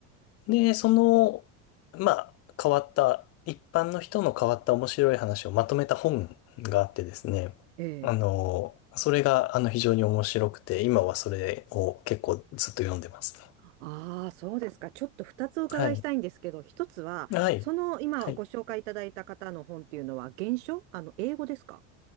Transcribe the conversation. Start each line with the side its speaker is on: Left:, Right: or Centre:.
Left: で、その、まあ、変わった、一般の人の変わった面白い話をまとめた本があってですね、
Right: ええ
Left: あの、それが、あの、非常に面白くて、今はそれを結構ずっと読んでますね。
Right: ああ、そうですか。ちょっと二つお伺いしたいんですけど、
Left: はい。
Right: 一つは、
Left: はい。
Right: その今ご紹介いただいた方の本っていうのは、
Left: はい。
Right: 原書あの、英語ですか